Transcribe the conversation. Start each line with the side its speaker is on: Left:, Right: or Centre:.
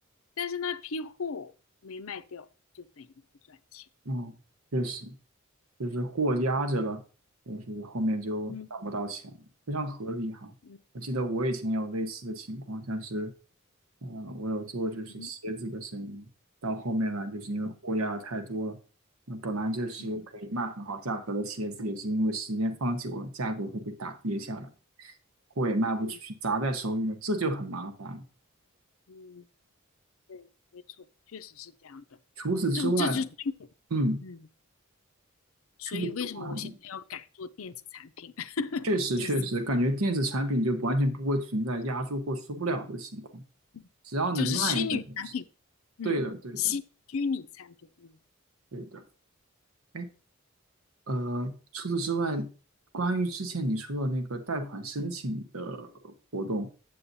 Left: 但是那批货没卖掉，就等于不赚钱。
Right: 哦，确实。就是货压着了，
Left: 嗯
Right: 就是后面就拿不到钱了非常合理哈。
Left: 嗯嗯嗯
Right: 我记得我以前有类似的情况，
Left: 嗯
Right: 像是，呃，我有做就是鞋子的生意，
Left: 嗯哼
Right: 到后面来就是因为货压的太多了，
Left: 嗯
Right: 那本来就是可以卖很好价格的鞋子，
Left: 嗯哼。
Right: 也是因为时间放久了，价格会被打跌下来，货也卖不出去，
Left: 嗯
Right: 砸在手里了，这就很麻烦。
Left: 嗯，对，没错，确实是这样的。
Right: 除此之外，
Left: 这个这就是，
Right: 嗯，
Left: 嗯，所以为什么我现在要改做电子产品，
Right: 除此之外，
Left: <laughs>
Right: 确实确实感觉电子产品就完全不会存在压住货出不了的情况。
Left: 就是这个，嗯就是虚拟产品，
Right: 只要能卖一个东西
Left: 嗯，
Right: 对的，对的，
Left: 虚虚拟产品，嗯
Right: 对的。哎，呃，除此之外，关于之前你说的那个贷款申请的活动